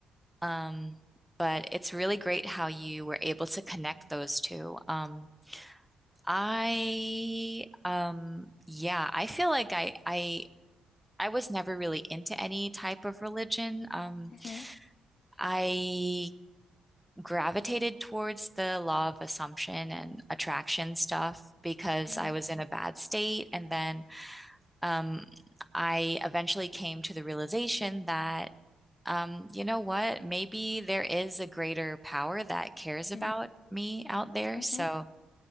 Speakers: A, in the centre; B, on the left.
A: Um, but it's really great how you were able to connect those two. Um, I um yeah, I feel like I I I was never really into any type of religion. Um,
B: mm-hmm,
A: I gravitated towards the law of assumption and attraction stuff because
B: mm-hmm,
A: I was in a bad state. And then um, I eventually came to the realization that, um, you know what, maybe there is a greater power that cares about
B: mm-hmm.
A: me out there.
B: mm-hmm.
A: So